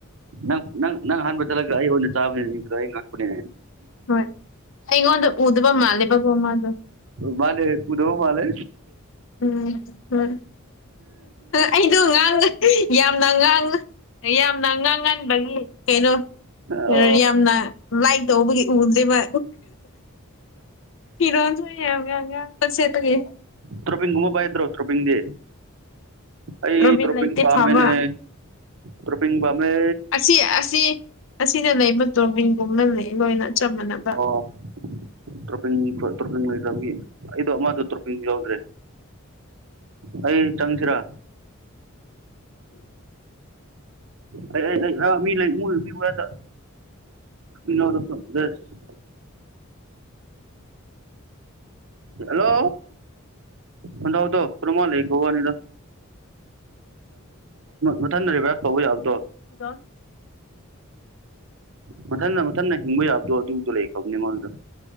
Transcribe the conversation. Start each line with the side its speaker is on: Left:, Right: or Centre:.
Right: ꯅꯪ ꯅꯪ ꯅꯪ ꯍꯥꯟꯕ ꯆꯠꯂꯒ ꯑꯩ ꯑꯣꯏꯅꯥ ꯆꯥꯕ ꯅꯨꯃꯤꯠꯇꯣ ꯑꯩ ꯉꯛꯄꯅꯦ
Left: ꯍꯣꯏ ꯑꯩꯉꯣꯟꯗ ꯎꯗꯕ ꯃꯥꯂꯤꯕꯒꯨꯝ ꯃꯗꯣ
Right: ꯃꯥꯅꯦ ꯎꯗꯕꯥ ꯃꯥꯜꯂꯦ
Left: ꯎꯝ ꯎꯝ ꯑꯩꯗꯣ ꯉꯥꯡ ꯌꯥꯝꯅꯥ ꯉꯥꯡ ꯌꯥꯝꯅ ꯉꯥꯡꯍꯟꯕꯒꯤ ꯀꯩꯅꯣ
Right: <inaudible>
Left: ꯌꯥꯝꯅ ꯂꯥꯏꯛ ꯇꯧꯕꯒꯤ ꯎꯗꯦꯕ ꯐꯤꯔꯣꯟ ꯁꯨ ꯌꯥꯝꯅꯥ ꯉꯥꯡꯕ ꯁꯦꯠꯄꯒꯤ
Right: ꯇ꯭ꯔꯣꯄꯤꯟ ꯒꯨꯝꯕ ꯄꯥꯏꯗ꯭ꯔꯣ ꯇ꯭ꯔꯣꯄꯤꯟꯗꯤ ꯑꯩ
Left: ꯇꯣꯔꯕꯤꯟ
Right: ꯇ꯭ꯔꯣꯄꯤꯟ
Left: ꯂꯩꯇꯦ
Right: ꯄꯥꯝꯃꯦꯅꯦ
Left: ꯐꯕ
Right: ꯇ꯭ꯔꯣꯄꯤꯟ ꯄꯥꯝꯃꯦ
Left: ꯑꯁꯤ ꯑꯁꯤ ꯑꯁꯤꯗ ꯂꯩꯕ ꯇꯣꯔꯕꯤꯟꯒꯨꯝꯅ ꯂꯩ ꯂꯣꯏꯅ ꯆꯞ ꯃꯥꯟꯅꯕ
Right: ꯑꯣ ꯇ꯭ꯔꯣꯄꯤꯟ <unintelligible> ꯇ꯭ꯔꯣꯄꯤꯟ ꯂꯩꯗꯕ ꯃꯤ ꯑꯩꯗꯣ ꯃꯥꯗꯣ ꯇ꯭ꯔꯣꯄꯤꯟ ꯌꯥꯎꯗ꯭ꯔꯦ ꯑꯩ ꯆꯪꯁꯤꯔꯥ
Left: <inaudible>
Right: ꯑꯩ ꯑꯩ ꯑꯩ ꯑꯥ ꯃꯤ ꯂꯩ ꯃꯨꯔ ꯃꯤꯗ <unintelligible> ꯍꯜꯂꯣ ꯍꯂꯣꯗꯣ ꯈꯨꯝꯃꯒꯥ ꯂꯩ ꯋꯥꯅꯤꯗ ꯃꯊꯟ ꯔꯤꯚꯥꯏꯞ ꯇꯧꯕ ꯌꯥꯕꯗꯣ
Left: ꯑꯗꯣ <unintelligible>
Right: ꯃꯊꯟ ꯃꯊꯟ ꯍꯤꯡꯕ ꯌꯥꯕꯗꯣ ꯑꯗꯨꯗꯣ ꯂꯩꯈ꯭ꯔꯕꯅꯦ ꯃꯉꯣꯟꯗ